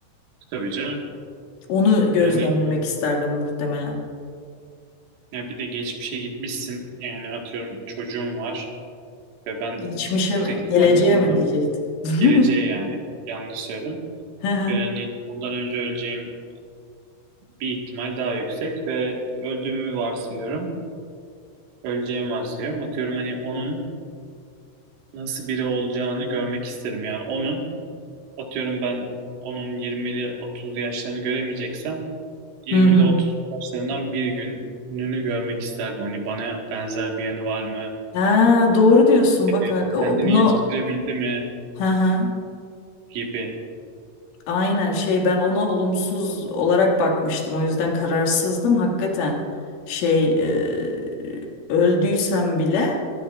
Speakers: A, on the right; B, on the left.
A: Tabii canım.
B: Onu gözlemlemek
A: Yani,
B: isterdim muhtemelen.
A: yani bir de geçmişe gitmişsin. Yani atıyorum çocuğum var ve ben
B: Geçmişe
A: yüksek
B: mi?
A: ihtimalle
B: Geleceğe
A: ondan
B: mi diyecektim. <laughs>
A: geleceğe yani yanlış söyledim.
B: Hı hı.
A: Ve yani ondan önce öleceğim bir ihtimal daha yüksek ve öldüğümü varsayıyorum. Öleceğimi varsayıyorum. Atıyorum hani onun nasıl biri olacağını görmek isterim. Yani onun atıyorum ben onun 20'li 30'lu yaşlarını göremeyeceksem 20
B: Hı hı.
A: ile 30 yaşlarından bir gününü görmek isterdim. Hani bana benzer bir yanı var mı
B: Ha, doğru diyorsun
A: gibi.
B: bak ha- o-
A: Kendini
B: bunu
A: yetiştirebildi mi
B: hı hı.
A: gibi.
B: Aynen şey ben ona olumsuz olarak bakmıştım. O yüzden kararsızdım. Hakikaten şey e, öldüysem bile